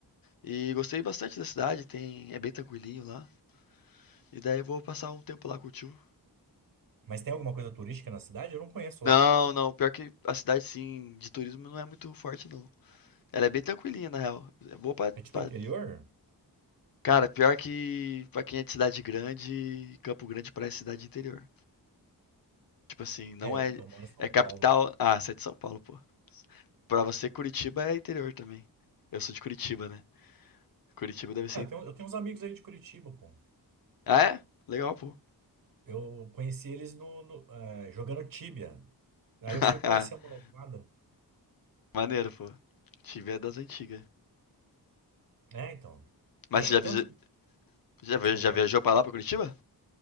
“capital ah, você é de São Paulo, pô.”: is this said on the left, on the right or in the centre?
Left